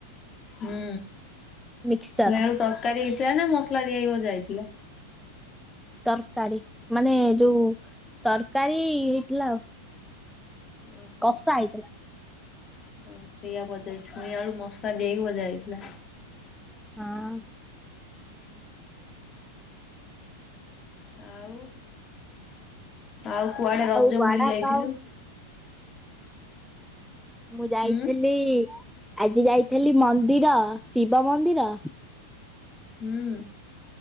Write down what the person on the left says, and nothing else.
ହୁଁ
ଛୁଇଁ ଆଳୁ ତରକାରୀ ହେଇଥିଲା ନା ମସଲା ଦିଆହୋଇକି ଭଜା ହେଇଥିଲା।
ଓହୋ।
ହ ସେଇଆା ବୋଧେ ଛୁଇଁ ଆଳୁ ମସଲା ଦେଇକି ବଜା ହେଇଥିଲା।
ଆଉ ଆଉ କୁଆଡ଼େ ରଜ
ବୁଲି ଯାଇଥିଲୁ।
ହୁଁ
ହୁଁ।